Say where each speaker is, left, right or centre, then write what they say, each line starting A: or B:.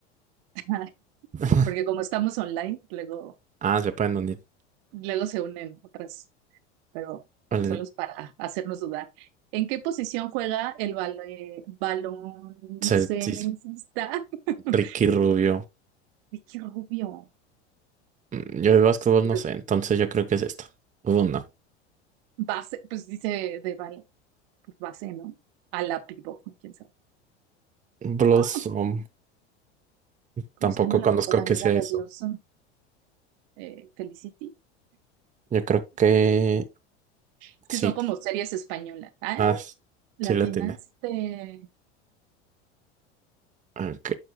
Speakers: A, on the right (about 60°); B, on the right (about 20°).
A: <laughs>
B: <laughs>
A: Porque como estamos online, luego,
B: Ah, se pueden unir.
A: luego se unen otras, pero
B: Vale,
A: solo es para hacernos dudar. ¿En qué posición juega el balón baloncestista?
B: se- sí, es
A: <laughs>
B: Ricky Rubio.
A: Ay, qué rubio.
B: Mm, Yo de básquetbol
A: De-
B: no sé, entonces yo creo que es esto. Oh, no.
A: Base, pues dice de bal, pues base, ¿no? A la pivot, ¿no? quién sabe.
B: Blossom.
A: Ah, ¿cómo
B: Tampoco
A: se llama la
B: conozco
A: mejor amiga
B: que sea
A: de
B: eso.
A: Blossom? Eh, Felicity.
B: Yo creo que
A: Es que
B: sí.
A: son como series españolas. Ah,
B: Ah, s-
A: latinas
B: sí la tiene.
A: de...
B: Ok.